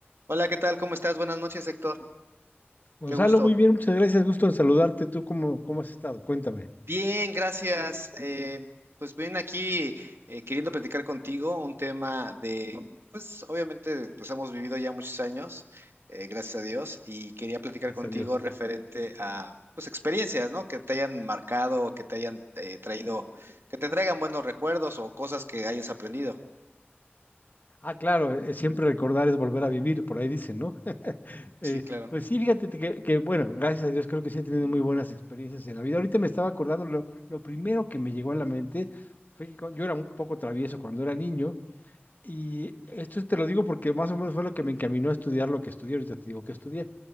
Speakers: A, on the right; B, on the left.
A: Hola, ¿qué tal? ¿Cómo estás? Buenas noches, Héctor.
B: Gonzalo,
A: Qué gusto.
B: muy bien, muchas gracias, gusto en saludarte. ¿Tú cómo, cómo has estado? Cuéntame.
A: Bien, gracias. Eh, pues bien, aquí eh, queriendo platicar contigo un tema de, pues obviamente, pues hemos vivido ya muchos años, eh, gracias a Dios, y quería platicar
B: Gracias
A: contigo
B: a Dios.
A: referente a, pues, experiencias, ¿no? Que te hayan marcado, que te hayan eh, traído, que te traigan buenos recuerdos o cosas que hayas aprendido.
B: Ah, claro, eh, eh, siempre recordar es volver a vivir, por ahí dicen, ¿no? Eh,
A: Sí, claro.
B: pues sí, fíjate que, que, bueno, gracias a Dios creo que sí he tenido muy buenas experiencias en la vida. Ahorita me estaba acordando, lo, lo primero que me llegó a la mente fue que cu- yo era un poco travieso cuando era niño y esto te lo digo porque más o menos fue lo que me encaminó a estudiar lo que estudié, ahorita te digo que estudié.